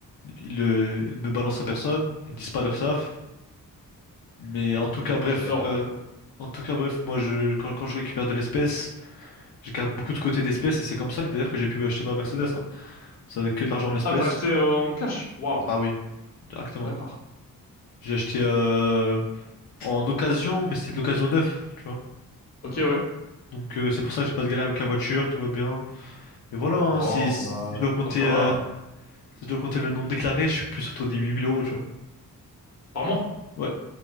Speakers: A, on the left; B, on the left.
A: ils, euh, ils me balancent à personne, ils disent pas leur savent. Mais en tout cas, bref,
B: J'adore.
A: euh, en tout cas, bref, moi, je, quand, quand je récupère de l'espèce, je garde beaucoup de côté d'espèces et c'est comme ça que d'ailleurs que j'ai pu acheter ma Mercedes. Hein. C'est avec que de l'argent en espèces.
B: Ah, t'as acheté euh, en cash? Waouh.
A: Ah oui, directement.
B: D'accord.
A: J'ai acheté euh, en occasion, mais c'est de l'occasion neuf, tu vois.
B: Ok, ouais.
A: Donc euh, c'est pour ça que j'ai pas de galère avec la voiture, tout va bien. Et voilà, hein,
B: Bon,
A: si, si,
B: bah,
A: si je dois compter,
B: tant que ça va,
A: euh,
B: euh,
A: si je dois compter le non déclaré, je suis plus autour des 8000 euros, tu vois.
B: par mois?
A: Ouais,